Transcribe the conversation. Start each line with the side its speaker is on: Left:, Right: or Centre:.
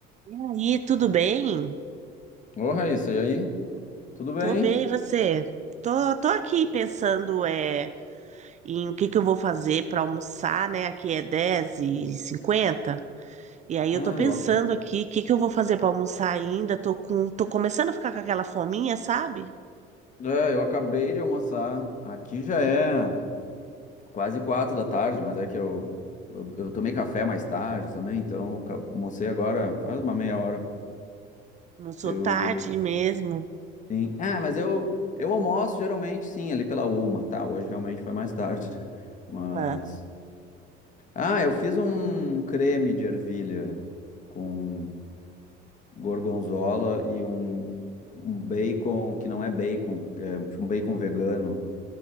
Right: E aí, tudo bem?
Left: Ô, Raíssa, e aí? Tudo bem?
Right: Tô bem, e você? Tô, tô aqui pensando é, em o que que eu vou fazer para almoçar, né? Aqui é dez e cinquenta. E aí
Left: Ah,
Right: eu tô pensando
Left: eu, ac-
Right: aqui, o que que eu vou fazer para almoçar ainda? Tô com, tô começando a ficar com aquela fominha, sabe?
Left: é, eu acabei de almoçar. Aqui já é quase quatro da tarde, mas é que eu, eu, eu tomei café mais tarde também, então eu ca- almocei agora faz uma meia hora.
Right: Não sou
Left: Eu,
Right: tarde mesmo.
Left: sim. Ah, mas eu, eu almoço geralmente, sim, ali pela uma, tá? Hoje realmente foi mais tarde, né? <laughs> Mas.
Right: Ah,
Left: Ah, eu fiz um creme de ervilha com gorgonzola e um, um bacon que não é bacon, é um bacon vegano.